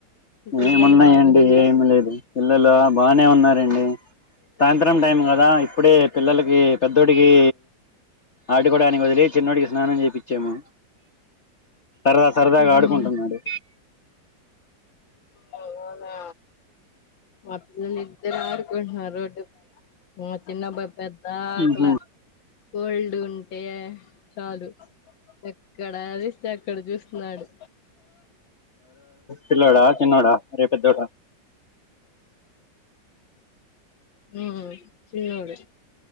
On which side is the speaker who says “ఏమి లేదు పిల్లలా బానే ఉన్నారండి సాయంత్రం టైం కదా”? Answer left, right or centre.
Left